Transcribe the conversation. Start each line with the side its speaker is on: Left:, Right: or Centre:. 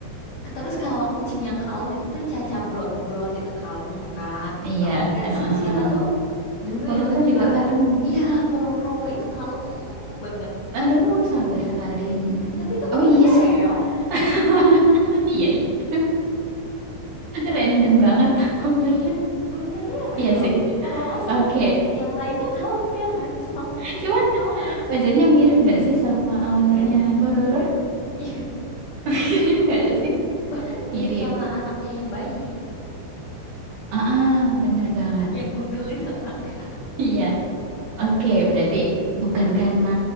Left: terus kalau kucing yang kalem itu tuh Caca brot-brot itu kalem kan
Right: Iya,
Left: kalau enggak
Right: heeh.
Left: si siapa tuh dulu
Right: Pororo
Left: yang suka
Right: juga kalem.
Left: iya Pororo itu kalem banget
Right: Aduh, sabar sekali. mm.
Left: Eh, tapi itu
Right: Oh
Left: ownernya
Right: iya sih.
Left: Reo
Right: <laughs> Iya itu. Random banget <laughs> ownernya.
Left: Ownernya Reo,
Right: Iya sih.
Left: Pororo sama
Right: Oke.
Left: yang lainnya kalem ya kan? Semua kucingnya
Right: <laughs> Cuman
Left: dia kalem.
Right: wajahnya mirip nggak sih sama ownernya
Left: Ya,
Right: Pororo?
Left: iya, iya.
Right: <laughs> Mirip nggak sih?
Left: Bahkan mirip
Right: Mirip.
Left: Iya. sama anaknya yang bayi,
Right: Ah, bener banget.
Left: yang gundul itu <laughs> anaknya.
Right: Iya. Oke, berarti bukan karena